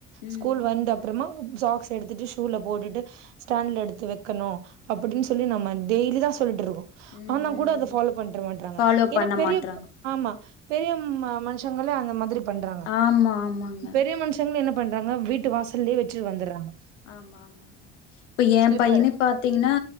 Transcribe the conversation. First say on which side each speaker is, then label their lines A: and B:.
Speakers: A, on the left; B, on the right.
A: ம்
B: ஸ்கூல் வந்த அப்றமா சாக்ஸ் எடுத்துட்டு ஷூல போட்டுட்டு ஸ்டாண்ட்ல எடுத்து வக்கனோ அப்டின்னு சொல்லி நம்ம டெய்லி தா சொல்லிட்டு இருக்கோம்
A: ம்
B: ஆனா
A: ம்
B: கூட அத
A: ம்
B: ஃபாலோ பண்ற மாட்றாங்க
A: ஃபாலோ
B: ஏன்னா
A: பண்ண
B: பெரிய
A: மாட்றாங்க
B: ஆமா பெரிய ம மனுஷங்களே அந்த மாதிரி பண்றாங்க
A: ஆமா ஆமாங்க
B: பெரிய மனுஷ ங்களே என்ன பண்றாங்க வீட்டு வாசல்லே வெச்சிட்டு வந்துறாங்க
A: ஆமா ஆமா ஆமா இப்ப என்
B: ஸ்லிப்பர்
A: பையனே பாத்தீங்ன்னா